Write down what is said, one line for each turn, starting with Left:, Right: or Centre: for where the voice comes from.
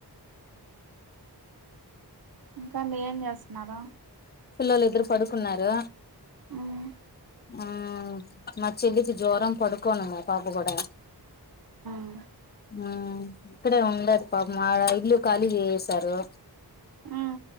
Right: ఇంకా అండి ఏం చేస్తున్నారు
Left: పిల్లలు ఇద్దరు పడుకున్నారు
Right: ఉమ్
Left: ఉ మా చెల్లికి జ్వరం పడుకోనుంది పాప కూడా
Right: ఉమ్
Left: ఉమ్ ఇక్కడే ఉండదు పాపం మా ఇల్లు ఖాళీ చేసారు
Right: ఉ